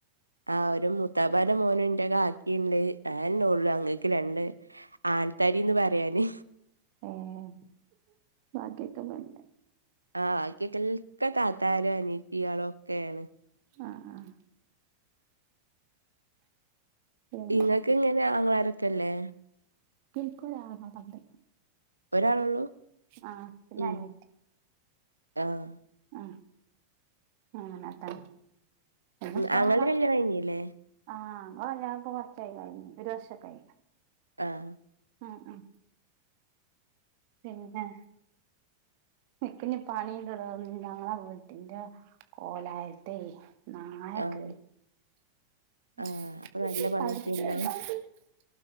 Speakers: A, on the right; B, on the right.
A: ആഹ് ഒരു മുത്താപ്പാന്റ മോനുണ്ട് കാക്കിണ്ട് ഞാനെള്ളു ഞങ്ങക്ക് രണ്ട് ആൽത്താരിന്ന് പറയാന്
B: ഏഹ് ബാക്കിയൊക്കെ വേണ്ടേ
A: ആഹ് ബാക്കി എൽക്ക താത്താരും അനത്തിയാളോക്കെയാണ്
B: ആഹ് ആഹ് പിന്നെ
A: ഇങ്ങക്ക് ഇങ്ങനെ ആങ്ങളാരൊക്കെല്ലേ
B: <unintelligible>
A: ഒരാളൊള്ളൂ
B: ആഹ് പിന്നെ
A: ഉം
B: അനിയത്തി
A: ആഹ്
B: ഉം അങ്ങനെതന്നെ
A: ഉം
B: ഉപ്പമ്മ
A: ആങ്ങളടെ കല്യാണം കഴിഞ്ഞില്ലേ
B: ആഹ് ഓ ഞാനിപ്പ കൊറച്ചായി <unintelligible> ഒരു വർഷൊക്കായി
A: ആഹ്
B: ആഹ് ആഹ് പിന്നെ നിക്കിനി പണിണ്ടട ഞങ്ങള വീട്ടിന്റ കോലായത്തെ നായ
A: ആഹ്
B: കേറി <unintelligible>
A: ആഹ് അപ്പൊ നല്ല പണി കിട്ടിയല്ലോ